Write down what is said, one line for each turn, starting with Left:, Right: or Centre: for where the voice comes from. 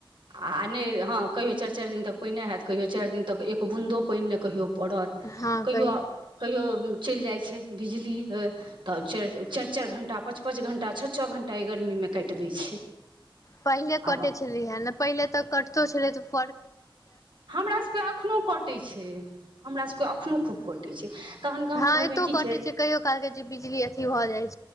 Right: आ नहि हँ कहियो चारि चारि दिन तक पानि हैत कहियो चारि दिन तक एक बून्दो पानि नहि कहियो पड़त
Left: हँ
Right: कहियो
Left: कहियौ
Right: कहियो चलि जाइ छै बिजली तऽ चारि चारि चारि घण्टा पाँच पाँच घण्टा छ छ घण्टा ई गरमीमे काटि दै छै
Left: पहिने कटे
Right: आब
Left: छलिय ने पहिले तऽ कटितो छलै तऽ फ
Right: हमरासभके एखनो कटैत छै हमरासभके एखनो खूब कटैत छै तखन गाम
Left: हँ
Right: घरमे
Left: एतो
Right: की
Left: कटे छै कहियो काल के जे बिजली अथी भऽ जाइ छै